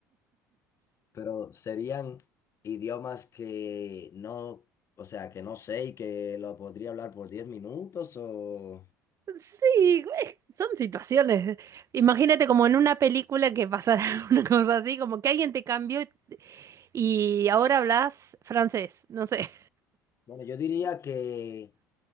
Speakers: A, on the left (about 30°); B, on the right (about 35°).
A: pero serían idiomas que no, o sea, que no sé y que lo podría hablar por 10 minutos o...
B: Sí, güey, son situaciones. Imagínate como en una película que pasara <laughs> una cosa así, como que alguien te cambió y ahora hablas francés, no sé.
A: Bueno, yo diría que